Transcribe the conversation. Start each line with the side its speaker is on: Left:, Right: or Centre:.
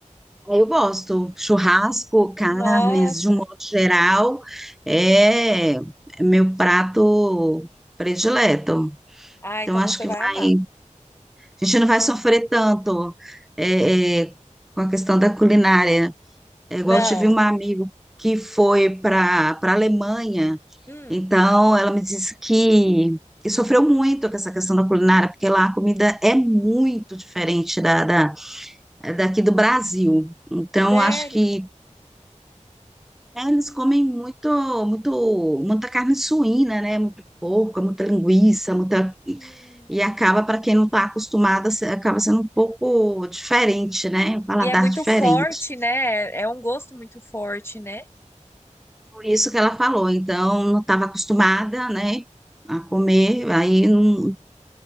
Centre: Eu gosto. Churrasco, carnes,
Left: Nossa.
Centre: de um modo geral, é é meu prato predileto.
Left: Ah,
Centre: Então,
Left: então
Centre: acho
Left: você
Centre: que
Left: vai
Centre: vai,
Left: amar.
Centre: a gente não vai sofrer tanto é, é, com a questão da culinária. É igual
Left: Não.
Centre: eu tive um amigo que foi para para Alemanha,
Left: Hum,
Centre: então ela me disse que, que sofreu muito com essa questão da culinária, porque lá a comida é muito diferente da, da daqui do Brasil. Então,
Left: sério?
Centre: acho que É, eles comem muito, muito, muita carne suína, né? Muito porco, muita linguiça, muita.
Left: Hum.
Centre: E acaba, para quem não está acostumada se- acaba sendo um pouco diferente, né? Um paladar
Left: E é muito
Centre: diferente.
Left: forte, né? É um gosto muito forte, né?
Centre: Por isso que ela falou. Então, não estava acostumada, né? A comer. Aí, não-